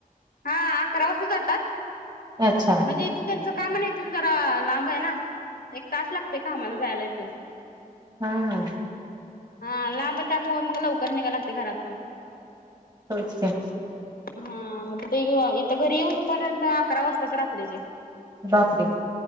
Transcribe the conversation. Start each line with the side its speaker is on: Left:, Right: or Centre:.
Left: हां अकरा वाजता जातात.
Right: अच्छा.
Left: जे इथं त्यांचं काम ईथून जरा लांब आहे ना. एक तास लागतंय कामाला जायला इथून.
Right: हां हां.
Left: हा लांब त्यामुळे मग लवकर निघाय लागतंय घरातून.
Right: पोहोचत्यात.
Left: हां मग ते इथं घरी येऊसपर्यंत अकरा वाजतात रात्रीचे.
Right: बापरे.